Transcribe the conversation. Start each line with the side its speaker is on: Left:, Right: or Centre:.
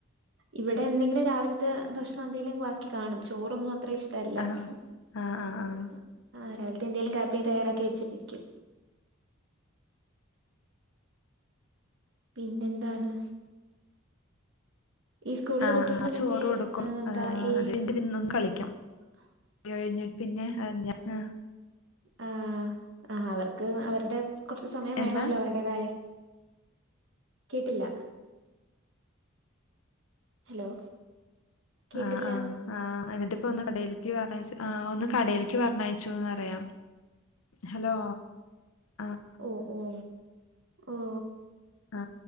Right: ഇവിടെ എന്തെങ്കിലും രാവിലത്തെ ഭക്ഷണം എന്തേലും ബാക്കി കാണും. ചോറൊന്നും അത്ര ഇഷ്ടല്ല
Left: ആഹ്
Right: ഹ്
Left: ആഹ് ആഹ് ആഹ്
Right: ഹും. ആ രാവിൽ എന്തേലും കാപ്പി തയ്യാറാക്കി വെച്ചിട്ടിരിക്കും. പിന്നെന്താണ്? ഈ സ്കൂളിലെ
Left: ആ
Right: കുട്ടികളുടെ
Left: ആ ചോറ്
Right: മറ്റേ
Left: കൊടുക്കും.
Right: ആ, എന്താ
Left: ഏ
Right: ഈ
Left: അതു കഴിഞ്ഞിട്ട് <unintelligible> കളി
Right: <inaudible>
Left: കഴിഞ്ഞി പിന്നെ <unintelligible>
Right: ആ ആ അവർക്ക് അവരുടെ കൊറച്ച് സമയം
Left: എന്താ
Right: വേണല്ലോ അവരുടേതായെ കേട്ടില്ല. ഹലോ കേട്ടില്ല
Left: ആ ആ ആ എന്നിട്ട്പ്പൊ ഒന്ന് കടയിൽക്ക് പറഞ്ഞയച്ച് ആ ഒന്ന് കടയിൽക്ക് പറഞ്ഞണയച്ചുന്ന് പറയ ഹലോ ആഹ്
Right: ഓ ഓ ഓ
Left: ആ